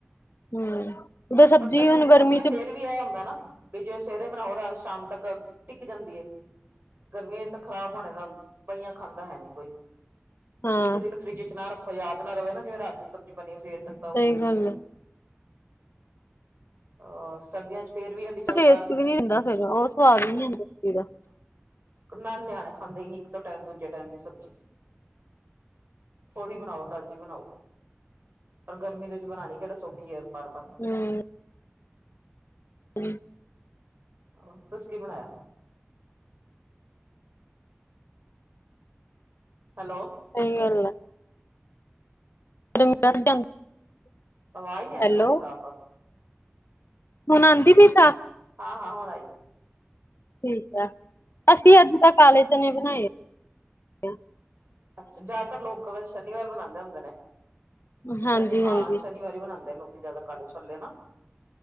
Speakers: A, on the left; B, on the right.
A: ਹੂੰ। ਉਹਦਾ ਸਬਜ਼ੀ
B: ਪਰ ਸਰਦੀ
A: ਹੁਣ
B: ਤੇ ਸਬਜ਼ੀਆਂ
A: ਗਰਮੀ ਚ
B: ਫੇਰ ਵੀ ਇਹ ਹੁੰਦਾ ਨਾ। ਵੀ ਜਿਵੇਂ ਸਵੇਰੇ ਬਣਾਓ ਰਾਤ ਸ਼ਾਮ ਤੱਕ ਟਿੱਕ ਜਾਂਦੀ ਹੈ ਗਰਮੀਆ 'ਚ ਤੇ ਖ਼ਰਾਬ ਹੋਣੇ ਨਾ। ਬਹੀਆਂ ਖਾਂਦਾ ਹੈ ਨੀ ਕੋਈ
A: ਹਾਂ
B: ਇੱਕ ਦਿਨ ਫਰਿੱਜ 'ਚ ਨਾ ਰੱਖੋ। ਕੋਈ ਯਾਦ ਨਾ ਰਵੇ ਨਾ ਜਿਵੇਂ ਰਾਤ ਦੀ ਸਬਜ਼ੀ ਬਣੀ ਸਵੇਰ ਤੱਕ
A: ਸਹੀ
B: ਤਾਂ ਉਬੱਲੀ
A: ਗੱਲ
B: ਪਈ ਹੋਣੀ।
A: ਹੈ
B: ਹਾਂ ਸਰਦੀਆਂ 'ਚ। ਫੇਰ ਵੀ ਹੈ ਵੀ ਚੱਲ
A: ਉਹ ਟੇਸਟ
B: ਬਾਹਰ
A: ਵੀ ਨੀ ਰਹਿੰਦਾ ਫਿਰ ਉਹ ਸਵਾਦ ਵੀ ਨਹੀਂ ਹੁੰਦਾ ਉਸ ਚੀਜ਼ ਦਾ।
B: ਇੱਕ ਨਾਲ਼ੇ ਨਿਆਣੇ ਖਾਂਦੇ ਹੀ ਸੀ ਇੱਕ ਤੋਂ ਟਾਈਮ ਦੂਜੇ ਟਾਈਮ ਦੀ ਸਬਜ਼ੀ। ਥੋੜ੍ਹੀ ਬਣਾਓ ਤਾਜ਼ੀ ਬਣਾਓ। ਪਰ ਗਰਮੀ ਦੇ ਵਿੱਚ ਬਣਾਉਣੀ ਕਿਹੜਾ ਸੌਖੀ ਹੈ ਵਾਰ ਵਾਰ।
A: ਹੂੰ ਹੂੰ।
B: ਹੂੰ ਤੁਸੀ ਕੀ ਬਣਾਇਆ? ਹੈਲੋ।
A: ਨਹੀਂ ਹਲੇ। <inaudible>
B: ਆਵਾਜ਼ ਨਹੀਂ ਆਉਂਦੀ
A: ਹੈਲੋ
B: ਤੁਹਾਡੀ ਸਾਫ਼।
A: ਹੁਣ ਆਂਦੀ ਪਈ ਸਾਫ਼
B: ਹਾਂ ਹਾਂ ਹੁਣ ਆਈ।
A: ਠੀਕ ਹੈ ਅਸੀਂ ਅੱਜ ਤਾਂ ਕਾਲੇ ਚਨੇ ਬਣਾਏ ਹੈ।
B: ਅੱਛਾ ਜ਼ਿਆਦਾਤਰ ਲੋਕ ਇਹ ਸ਼ਨੀਵਾਰ ਮਨਾਉਂਦੇ ਹੁੰਦੇ ਨੇ।
A: ਹਾਂਜੀ
B: ਸ਼ਨੀ ਹਾਂ
A: ਹਾਂਜੀ
B: ਸ਼ਨੀਵਾਰ ਹੀ ਬਣਾਉਂਦੇ ਲੋਕੀ ਜਿਆਦਾ ਕਾਲੇ ਛੋਲੇ ਨਾ।